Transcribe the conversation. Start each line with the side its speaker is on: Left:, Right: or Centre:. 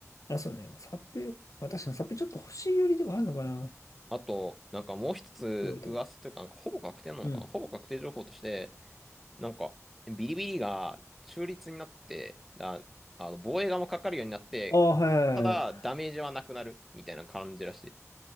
Left: あ、そうね。サップ、まあ確かにサップちょっと欲しいよりでもあるのかな。って
Centre: あと、なんかもう一つ噂というか、
Left: 言われると。
Centre: なんかほぼ確定なのかなほぼ確定情報として、
Left: うん。
Centre: なんか、ビリビリが中立になって、だ、あの、防衛側もかかるようになって、
Left: ああ、はいはいはい。
Centre: ただ、ダメージはなくなる、みたいな感じらしい。